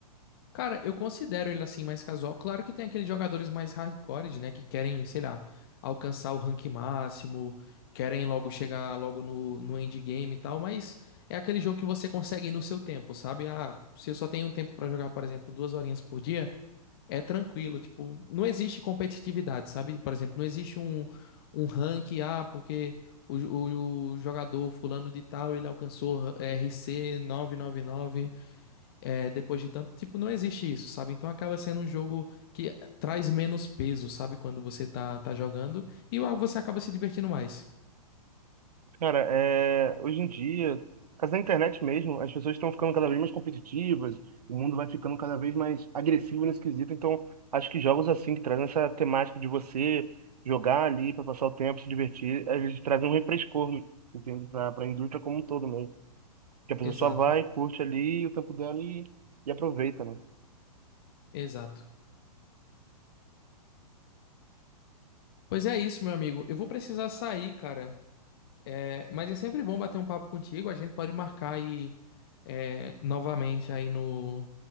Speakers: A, on the left; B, on the right.
A: Cara, eu considero ele assim mais casual. Claro que tem aqueles jogadores mais hardcore, né? Que querem, sei lá, alcançar o rank máximo, querem logo chegar logo no, no endgame e tal, mas. É aquele jogo que você consegue ir no seu tempo, sabe? Ah, se eu só tenho um tempo pra jogar, por exemplo, duas horinhas por dia. É tranquilo, tipo, não existe competitividade, sabe? Por exemplo, não existe um, um ranking, ah, porque o, jo- o- o jogador fulano de tal, ele alcançou RC 999, é, depois de tanto, tipo, não existe isso, sabe? Então acaba sendo um jogo que traz menos peso, sabe? Quando você tá, tá jogando e você acaba se divertindo mais.
B: Cara, é, hoje em dia, mas na internet mesmo, as pessoas estão ficando cada vez mais competitivas, o mundo vai ficando cada vez mais agressivo nesse quesito, então acho que jogos assim, que trazem essa temática de você jogar ali para passar o tempo, se divertir, eles trazem um refrescor, entende? Para a indústria como um todo mesmo. Que a pessoa
A: Exato,
B: só vai, curte ali o tempo dela e, e aproveita, né?
A: exato. Pois é isso, meu amigo. Eu vou precisar sair, cara. É, mas é sempre bom bater um papo contigo. A gente pode marcar aí é, novamente aí no